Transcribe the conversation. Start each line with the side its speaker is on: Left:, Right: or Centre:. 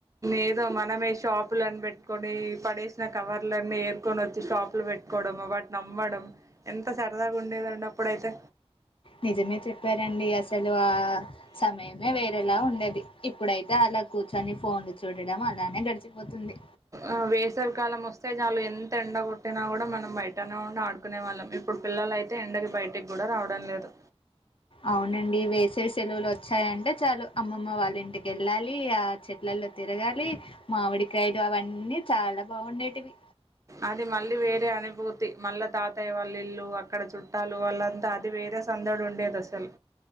Right: ఏదో మనమే షాపులన్న పెట్టుకొని పడేసిన కవర్లన్నీ ఏర్కొని వచ్చి షాపు లో పెట్టుకోవడం వాటిని అమ్మడం ఎంత సరదాగా ఉండేదండి అప్పుడైతే
Left: నిజమే చెప్పారండి అసలు ఆ సమయమే వేరేలా ఉండేది ఇప్పుడైతే అలా కూర్చొని ఫోన్లు చూడడం అలానే గడిచిపోతుంది
Right: ఆ వేసవికాలం వస్తే చాలు ఎంత ఎండ కొట్టినా కూడా మనం బయటనే ఉండి ఆడుకునే వాళ్ళం ఇప్పుడు పిల్లలయితే ఎండకి బయటికి కూడా రావడం లేదు
Left: అవునండి వేసవి సెలవులు వచ్చాయంటే చాలు అమ్మమ్మ వాళ్ళ ఇంటికి వెళ్ళాలి ఆ చెట్లల్లో తిరగాలి మామిడికాయలు అవన్నీ చాలా బాగుండేటివి
Right: అది మళ్ళీ వేరే అనుభూ తి మళ్ళా తాతయ్య వాళ్ళ ఇల్లు అక్కడ చుట్టాలు వాళ్ళంతా అది వేరే సందడు ఉండేది అసలు